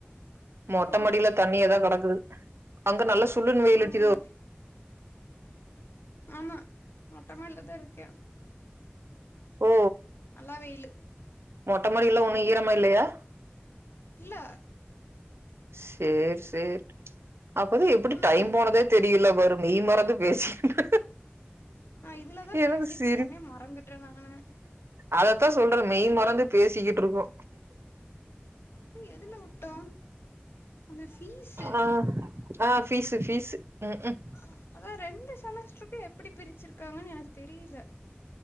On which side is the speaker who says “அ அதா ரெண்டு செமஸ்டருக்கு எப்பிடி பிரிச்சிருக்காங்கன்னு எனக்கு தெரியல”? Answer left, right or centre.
Left